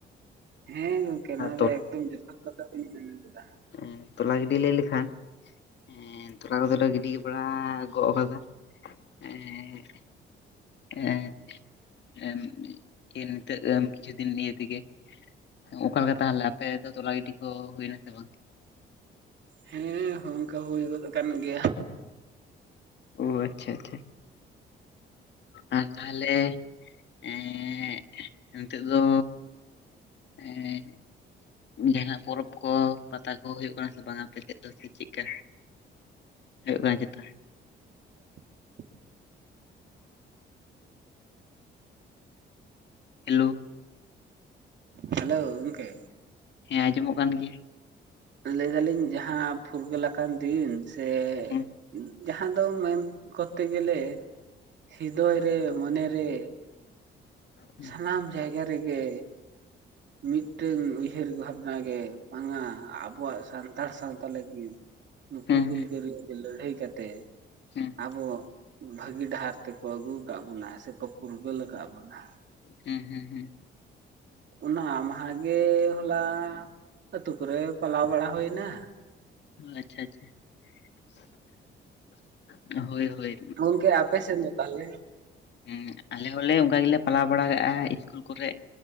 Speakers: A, on the right (about 65°); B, on the left (about 60°).
A: ᱦᱮᱸ ᱜᱚᱝᱠᱮ ᱱᱚᱶᱟ
B: ᱟᱨ
A: ᱫᱚ ᱮᱠᱫᱚᱢ ᱡᱚᱛᱷᱟᱛ ᱠᱟᱛᱷᱟ ᱵᱮᱱ ‌ ᱢᱮᱱ ᱟᱠᱟᱫᱟ᱾
B: ᱩᱸ ᱛᱚᱞᱟ ᱜᱤᱰᱤ ᱞᱟᱹᱭ ᱞᱮᱠᱷᱟᱱᱼᱼ ᱮᱸ ᱛᱚᱞᱟ ᱠᱚᱫᱚ ᱞᱮ ᱜᱤᱰᱤ ᱵᱟᱲᱟ ᱜᱚᱜ ᱟᱠᱟᱫᱟ ᱮᱸᱻᱜᱼᱼ ᱮᱸᱻ ᱮᱢ ᱪᱤᱱᱛᱟᱹᱜ ᱮᱢ‌ ᱠᱤᱪᱷᱩ ᱫᱤᱱ ᱤᱭᱟᱹ ᱛᱮᱜᱮ, ᱚᱠᱟ ᱞᱮᱠᱟ ᱛᱟᱦᱮᱞᱮ, ᱟᱯᱮ ᱫᱚ ᱛᱚᱞᱟ ᱜᱤᱰᱤ ᱠᱚ ᱦᱩᱭ ᱮᱱᱟ ᱥᱮ ᱵᱟᱝ?
A: ᱦᱮᱸ, ᱦᱚᱸ ᱚᱸᱠᱟ ᱦᱩᱭ ᱜᱚᱫ ᱟᱠᱟᱱ ᱜᱮᱭᱟ᱾
B: ᱚ ᱟᱪᱪᱷᱟ ᱟᱪᱪᱷᱟ᱾ ᱟᱨ ᱛᱟᱦᱮᱞᱮ ᱮᱸᱻᱜ ᱱᱤᱛᱚᱜ ᱫᱚᱼᱼ ᱮᱸᱻᱦᱮᱸᱜ, ᱡᱟᱦᱟᱸᱱᱟᱜ ᱯᱚᱨᱚᱵᱽ ᱠᱚ ᱯᱟᱛᱟ ᱠᱚ ᱦᱩᱭᱩᱜ ᱠᱟᱱᱟ ᱥᱮ ᱵᱟᱝᱼᱟ, ᱟᱯᱮ ᱥᱮᱜ ᱫᱚ ᱥᱮ ᱪᱮ ᱪᱮᱜ ᱠᱟ? ᱦᱩᱭᱩᱜ ᱠᱟᱱᱟ ᱪᱮᱛᱟ?
A: <inaudible>
B: ᱦᱮᱞᱳ᱾
A: ᱦᱟᱞᱳ ᱜᱚᱝᱠᱮ?
B: ᱦᱮᱸ ᱟᱸᱡᱚᱢᱚᱜ ᱠᱟᱱ ᱜᱮ᱾
A: ᱞᱟᱹᱭ ᱮᱫᱟ ᱞᱤᱧ ᱡᱟᱦᱟᱸ ᱯᱷᱩᱨᱜᱟᱹᱞ ᱟᱠᱟᱱ ᱫᱤᱱ ᱥᱮ,
B: ᱦᱮᱸ
A: ᱩᱸᱼᱼ ᱡᱟᱦᱟᱸ ᱫᱚ ᱢᱮᱱ ᱠᱚᱛᱮ ᱜᱮᱞᱮ ᱥᱤᱫᱚᱭ ᱨᱮ ᱢᱚᱱᱮ ᱨᱮᱼᱼ
B: ᱦᱮᱸ
A: ᱥᱟᱱᱟᱢ ᱡᱟᱭᱜᱟ ᱨᱮᱜᱮ ᱢᱤᱫᱴᱟᱹᱝ ᱩᱭᱦᱟᱹᱨᱜᱽ ᱵᱷᱟᱵᱽᱱᱟ ᱜᱮ ᱵᱟᱝᱼᱟ, ᱟᱵᱚᱣᱟᱜ ᱥᱟᱱᱛᱟᱲ ᱥᱟᱶᱛᱟ ᱞᱟᱹᱜᱤᱫᱼᱼ ᱱᱩᱠᱩ
B: ᱦᱮᱸ
A: ᱦᱩᱞᱜᱟᱹᱨᱤᱭᱟᱹ
B: ᱦᱮᱸ
A: ᱜᱮ ᱞᱟᱹᱲᱦᱟᱹᱭ ᱠᱟᱛᱮᱼᱼ
B: ᱦᱮᱸ,
A: ᱟᱵᱚ ᱵᱷᱟᱹᱜᱤ ᱰᱟᱦᱟᱨ ᱛᱮᱠᱚ ᱟᱹᱜᱩ ᱟᱠᱟᱜ ᱵᱚᱱᱟ ᱥᱮ ᱠᱚ ᱯᱷᱩᱨᱜᱟᱹᱞ ᱟᱠᱟᱜ ᱵᱚᱱᱟ᱾
B: ᱦᱩᱸ ᱦᱩᱸ ᱦᱩᱸ᱾
A: ᱚᱱᱟ ᱢᱟᱦᱟᱸ ᱜᱮ ᱦᱚᱞᱟ ᱟᱹᱛᱩ ᱠᱚᱨᱮ ᱯᱟᱞᱟᱣ ᱵᱟᱲᱟ ᱦᱩᱭ ᱮᱱᱟ᱾
B: ᱟᱪᱪᱷᱟ ᱟᱪᱪᱷᱟ, <unintelligible> ᱦᱳᱭ ᱦᱳᱭ᱾
A: ᱜᱚᱝᱠᱮ ᱟᱯᱮ ᱥᱮᱱ ᱫᱚ ᱛᱟᱦᱮᱞᱮ?
B: ᱦᱩᱸ ᱟᱞᱮ ᱦᱚᱞᱮ ᱚᱸᱠᱟ ᱜᱮᱞᱮ ᱯᱟᱞᱟᱣ ᱵᱟᱲᱟ ᱠᱟᱜ-ᱟ ᱤᱥᱠᱩᱞ ᱠᱚᱨᱮᱜ᱾